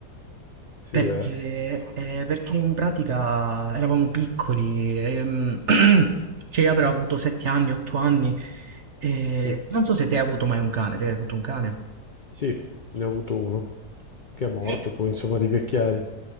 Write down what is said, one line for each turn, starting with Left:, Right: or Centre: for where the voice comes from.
Left: Sì,
Right: Perché,
Left: eh.
Right: eh, perché in pratica eravamo piccoli, ehm, <clears throat> cioè io avrò avuto 7 anni, 8 anni, e
Left: Sì.
Right: non so se te hai avuto mai un cane, te hai avuto un cane?
Left: Sì, ne ho avuto uno che è morto
Right: Eh,
Left: poi, insomma, di vecchiaia.